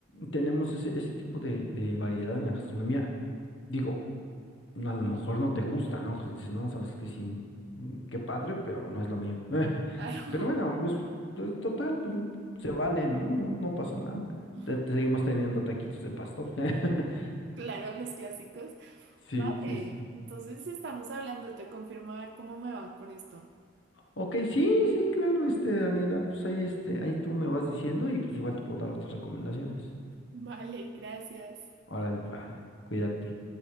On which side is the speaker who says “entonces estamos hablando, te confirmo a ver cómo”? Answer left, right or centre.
Right